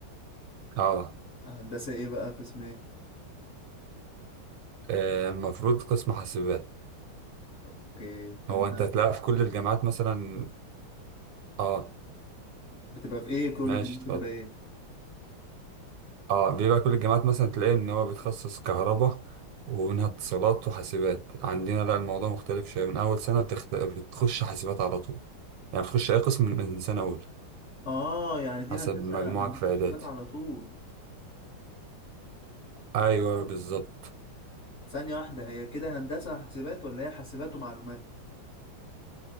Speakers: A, on the right; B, on the left.
A: أه
B: هندسة ايه بقى قسم ايه
A: آه، المفروض قسم حاسبات
B: اوكي طب
A: هو
B: انت
A: أنت هتلاقيها في كل الجامعات مثلا أه
B: بتبقى في ايه كل
A: ماشي
B: الجامعات
A: اتفضل
B: بتبقى ايه
A: اه بيبقى كل الجامعات مثلا تلاقيه ان هو بيتخصص كهرباء ومنها اتصالات وحاسبات عندنا لا الموضوع مختلف شويه من اول سنه بتخت... بتخش حاسبات على طول يعني بتخش اي قسم من من سنه اولى
B: اه يعني دي
A: حسب
B: هندسة
A: مجموعك
B: هندسة
A: في اعدادي
B: حاسبات على طول
A: ايوه بالظبط
B: ثانية واحدة هي كده هندسة حاسبات ولا هي حاسبات ومعلومات؟